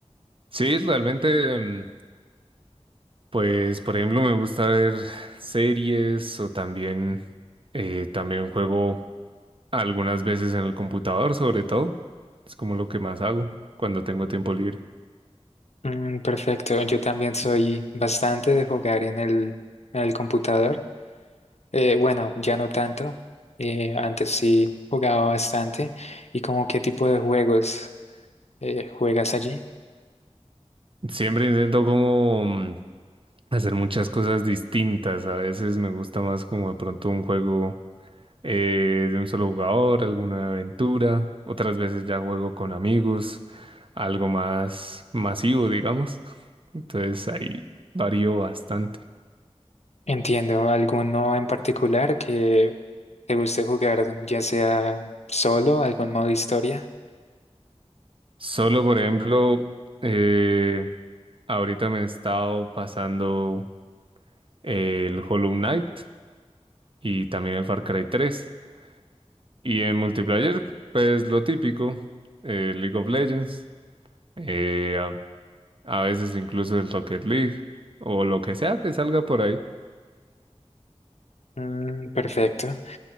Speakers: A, on the right; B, on the left.
A: Sí, realmente, mm, pues, por ejemplo, me gusta ver series o también, eh, también juego. Algunas veces en el computador, sobre todo. Es como lo que más hago cuando tengo tiempo libre.
B: Mm, perfecto, yo también soy bastante de jugar en el, en el computador. Eh, bueno, ya no tanto. Eh, antes sí jugaba bastante. ¿Y como qué tipo de juegos eh, juegas allí?
A: Siempre intento como mm, hacer muchas cosas distintas. A veces me gusta más como de pronto un juego eh, de un solo jugador, alguna aventura. Otras veces ya juego con amigos, algo más masivo, digamos. Entonces ahí varío bastante.
B: Entiendo, ¿alguno en particular que te guste jugar, ya sea solo, algún modo historia?
A: Solo, por ejemplo, eh, ahorita me he estado pasando el Hollow Knight. y también el Far Cry tres Y en multiplayer, pues lo típico, eh, League of Legends, eh, a, a veces incluso el Rocket League o lo que sea que salga por ahí.
B: Mm, perfecto.